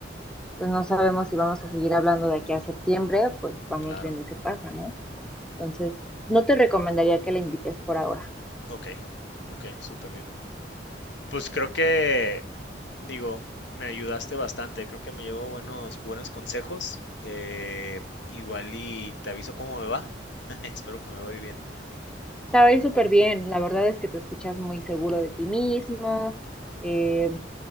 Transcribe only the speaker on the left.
claro,
ok, ok, súper bien. Pues creo que, digo, me ayudaste bastante, creo que me llevo buenos, buenos consejos. eh, igual y te aviso cómo me va. <laughs> Espero que me vaya bien.